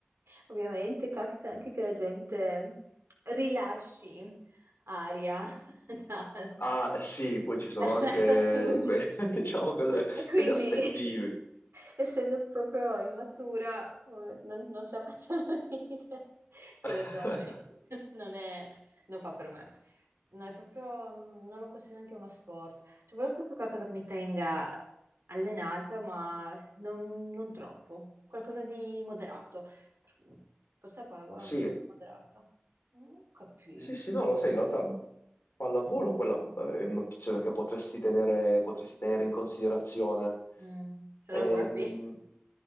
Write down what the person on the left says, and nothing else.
Ah, sì, poi ci sono
anche
que- <laughs> diciamo, quelle-
quegli aspetti.
<laughs>
Sì,
Sì, sì, no, lo sai, in realtà pallavolo quella è un'opzione che potresti tenere, potresti tenere in considerazione.
Ehm,